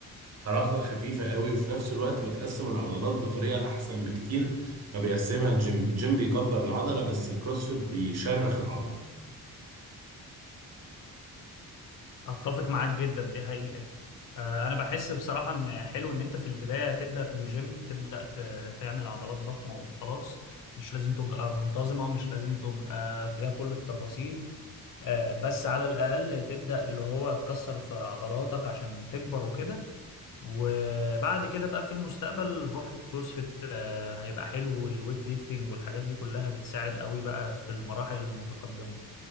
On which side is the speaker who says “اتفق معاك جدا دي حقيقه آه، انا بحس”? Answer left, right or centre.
Left